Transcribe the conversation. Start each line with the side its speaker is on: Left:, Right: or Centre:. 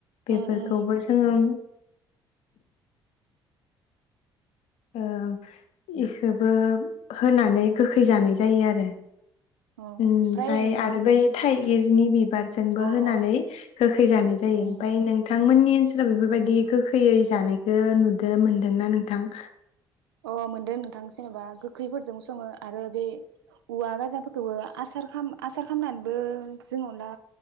Left: बेफोरखौबो
Right: उम उम
Left: जोङो ओ इखबो होनानै गोखै जानाय जायो आरो
Right: अ
Left: ओमफाय
Right: ओमफ्राय नोंथां
Left: आरो बै थाइ गिरनि बि
Right: अ
Left: होनानै
Right: अ
Left: गोखै जानाय जायो
Right: उम
Left: मफाय नोंथांमोननि <unintelligible> बेफोरबायदि गोखैयै जानायखौ नुदों मोनदोंना नोंथां
Right: अ मोनदों नोंथां जेनेबा गोखैफोरजों सङो आरो बे औवा गाजाफोरखौबो आसार आसार खालामनानैबो जों अनला